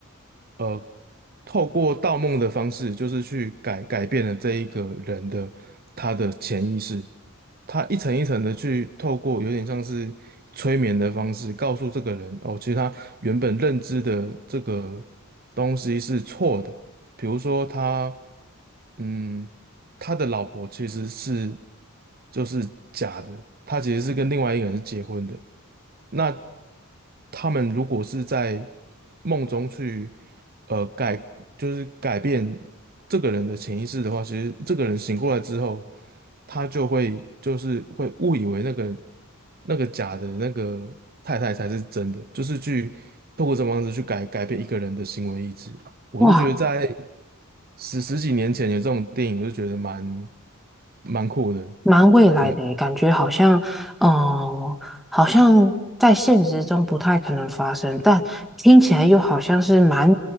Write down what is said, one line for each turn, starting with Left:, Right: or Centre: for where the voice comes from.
Right: 呃，透过盗梦的方式，就是去改改变了这一个人的他的潜意识，他一层一层的去透过有点像是催眠的方式，告诉这个人哦，其实他原本认知的这个东西是错的，比如说他，嗯，他的老婆其实是就是假的，他其实是跟另外一个人是结婚的。那他们如果是在梦中去，呃，改，就是改变这个人的潜意识的话，其实这个人醒过来之后，他就会就是会误以为那个那个假的那个太太才是真的，就是去透过这种方式去改改变一个人的行为意志。我是觉得在
Centre: 哇，
Right: 十十几年前有这种电影，我就觉得蛮蛮酷的。
Centre: 蛮未来的耶感觉好像，
Right: 对
Centre: 哦，好像在现实中不太可能发生，但听起来又好像是蛮